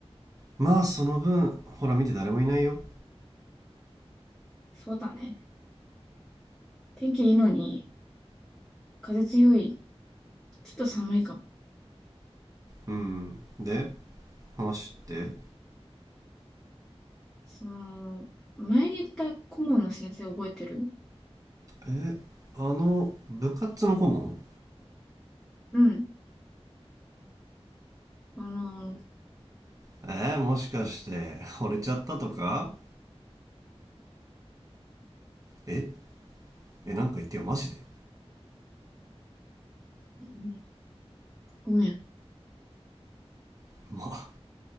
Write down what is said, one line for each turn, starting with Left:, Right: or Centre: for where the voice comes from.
Right: まあその分、ほら見て誰もいないよ。
Centre: そうだね。天気いいのに、風強い。ちょっと寒いかも。
Right: うん。で、話って
Centre: その、前に言った顧問の先生覚えてる
Right: え、あの、部活の顧問
Centre: うん。あの、
Right: えー、もしかして、惚れちゃったとかええ、なんか言ってよ、マジで
Centre: うんごめん。
Right: ま、